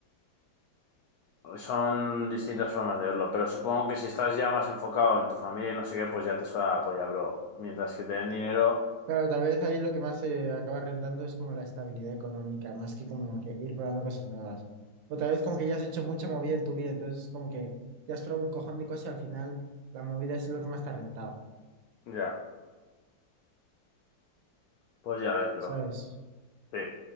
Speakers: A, on the left; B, on the right.
A: Son distintas formas de verlo, pero supongo que si estás ya más enfocado en tu familia y no sé qué, pues ya te suena la polla, bro. Mientras que te den dinero,
B: Claro, tal vez ahí lo que más se acaba rentando es como la estabilidad económica, más que como que ir probando cosas nuevas. O tal vez como que ya has hecho mucha movida en tu vida, entonces como que ya has probado un cojón de cosas y al final la movida es lo que más te ha rentado,
A: ya, pues ya ves, bro.
B: ¿sabes?
A: Sí,